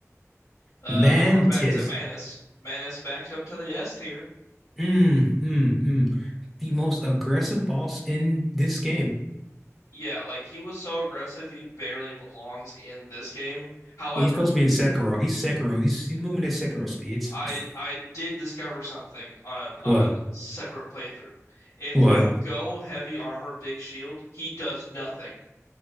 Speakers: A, on the left; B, in the centre.
A: Uh,
B: Mantis.
A: then we're back to Manus. Manus backed up to the S tier.
B: Mm, mm, mm. The most aggressive boss in this game.
A: Yeah, like he was so aggressive, he barely belongs in this game. However,
B: Yeah, He's supposed to be in Sekiro. He's Sekiro. He's he's moving at Sekiro speeds.
A: I
B: <laughs>
A: I did discover something on a on
B: What?
A: a separate playthrough. If
B: What?
A: you go heavy armor, big shield, he does nothing.